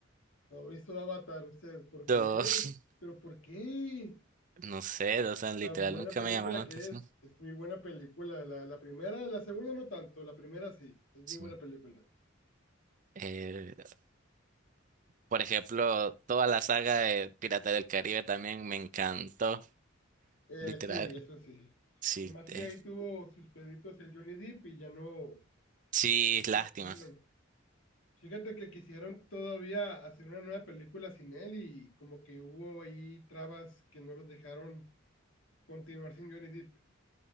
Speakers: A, on the left; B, on the right.
A: ¿No ha visto Avatar usted? ¿Por
B: No,
A: qué?
B: <laughs>
A: ¿Pero por qué?
B: no sé, o sea, literal
A: Tan buena
B: nunca
A: película
B: me llamaron la
A: que
B: atención.
A: es. Es muy buena película. La, la primera, la segunda no tanto. La primera sí. Es muy
B: Sí.
A: buena película.
B: Eh, por ejemplo, toda la saga de Pirata del Caribe también me encantó,
A: Eh,
B: literal.
A: sí, eso sí.
B: Sí,
A: Nomás
B: eh,
A: que ahí tuvo sus peditos el Johnny Depp y ya no,
B: sí,
A: ya
B: lástima.
A: no la siguieron. Fíjate que quisieron todavía hacer una nueva película sin él y como que hubo ahí trabas que no los dejaron continuar sin Johnny Depp.